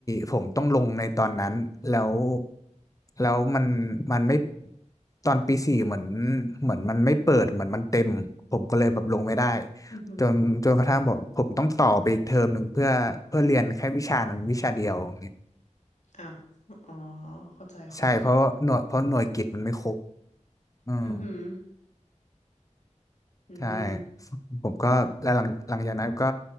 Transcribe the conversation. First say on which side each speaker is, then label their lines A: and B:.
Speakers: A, on the left; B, on the left.
A: ผมต้องลงในตอนนั้นแล้วแล้วมันมันไม่ตอนปีสี่เหมือนเหมือนมันไม่เปิดเหมือนมันเต็มผมก็เลยแบบลงไม่ได้
B: อือหือ
A: จนจนกระทั่งบอกผมต้องต่อไปอีกเทอมหนึ่งเพื่อเพื่อเรียนแค่วิชานั้นวิชาเดียวอย่างเงี้ย
B: อ้าวอ๋อเข้าใจเข้าใจ
A: ใช่เพราะหน่วยเพราะหน่วยกิตมันไม่ครบอืม
B: อือหืออืม
A: ใช่ผมก็แล้วหลังหลังจากนั้นก็